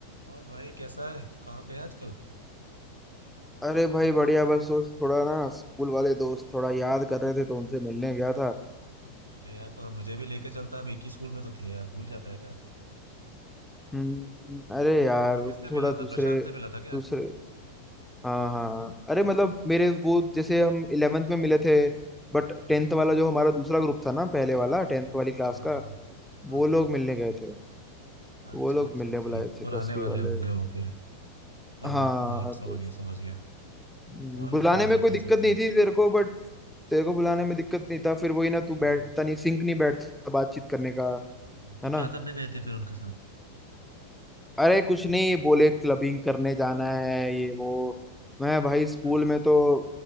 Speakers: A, on the right (about 85°); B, in the centre.
A: और भाई कैसा है कहाँ पे है आजकल
B: अरे भाई बढ़िया बस उस थोड़ा ना स्कूल वाले दोस्त थोड़ा याद कर रहे थे तो उनसे मिलने गया था
A: अरे यार तो हम मुझे भी लेके चलता हम एक ही स्कूल में तो थे यार भूल जाता है क्या
B: हम्म, अरे यार
A: किस
B: वो
A: किस से
B: थोड़ा
A: मिला
B: दूसरे
A: था प्रशांत से मिला था क्या
B: दूसरे हाँ हाँ अरे मतलब मेरे वो जैसे हम इलेवेंथ में मिले थे बट
A: हाँ
B: टेंथ वाला जो हमारा दूसरा ग्रुप था ना पहले वाला टेंथ वाली क्लास
A: हाँ हाँ
B: का
A: हाँ हाँ
B: वो लोग
A: हाँ
B: मिलने गए थे
A: अच्छा
B: तो वो लोग
A: अच्छा
B: मिलने
A: अच्छा
B: बुलाए थे
A: पुराने
B: दसवीं
A: वाले
B: वाले
A: होंगे वो फिर हम
B: हाँ
A: लोग तो, हाँ, समझ
B: तो
A: गए समझ गए
B: हम्म,
A: और
B: बुलाने
A: बता भाई
B: में कोई
A: क्या
B: दिक्कत
A: चल रहा
B: नहीं
A: है
B: थी तेरे को बट तेरे को बुलाने में दिक्कत नहीं था फिर वही ना तू
A: हाँ
B: बैठता नहीं सिंक नहीं बैठता बातचीत करने का
A: हाँ तो
B: है
A: क्या
B: ना
A: करने गए थे फिर उनके साथ
B: अरे कुछ नहीं बोले क्लबिंग करने जाना है ये वो मैं भाई
A: अच्छा
B: स्कूल में तो